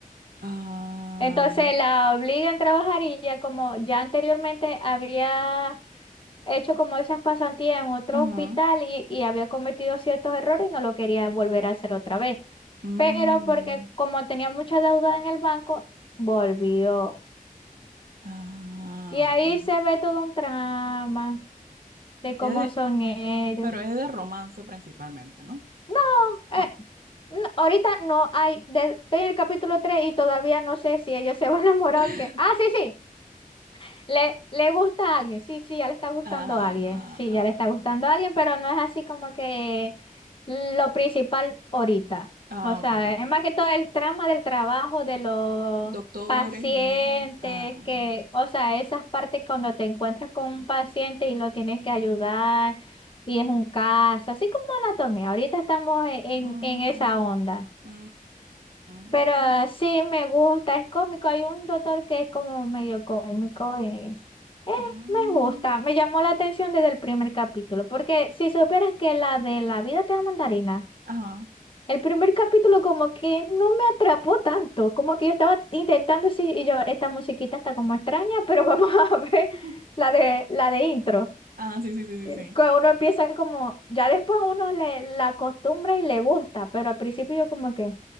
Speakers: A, on the right; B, on the left.
A: ah,
B: Entonces la obligan a trabajar y ya como ya anteriormente había hecho como esas pasantías en otro
A: ujú,
B: hospital y, y había cometido ciertos errores y no lo quería volver a hacer otra vez.
A: mm,
B: Pero porque como tenía mucha deuda en el banco, volvió.
A: ah,
B: Y ahí
A: mm.
B: se ve todo un trama de cómo
A: Es de-
B: son ellos.
A: pero es de romance principalmente, ¿no?
B: No,
A: No.
B: eh, no, ahorita no hay, de- estoy en el capítulo 3 y todavía no sé si ellos se van a enamorar.
A: <laughs>
B: Que... Ah, sí, sí, Le, le gusta a alguien, sí, sí, ya le está gustando
A: Ah,
B: a alguien, sí,
A: ah,
B: ya le
A: ah,
B: está gustando a alguien, pero no es así como que lo principal ahorita.
A: ah,
B: O sea,
A: ok, ok.
B: es más que todo el trama del trabajo, de los
A: Doctores.
B: pacientes,
A: Ah,
B: que, o sea, esas partes cuando te encuentras con un paciente y lo tienes que ayudar y es un caso, así como anatomía. Ahorita estamos en,
A: ah,
B: en en esa onda.
A: mm, mm,
B: Pero
A: ok.
B: sí me gusta, es cómico. Hay un doctor que es como medio cómico y eh,
A: mm,
B: me gusta. Me llamó la atención desde el primer capítulo, porque si supieras que la de La vida te da mandarina,
A: ajá.
B: el primer capítulo como que no me atrapó tanto, como que yo estaba intentando sí, y yo, esta musiquita está como extraña, pero vamos <laughs> a ver
A: <laughs>
B: la de la de intro.
A: Ah, sí, sí, sí,
B: Eh,
A: sí, sí.
B: Que uno empieza como, ya después uno le la acostumbra y le gusta, pero al principio yo como que,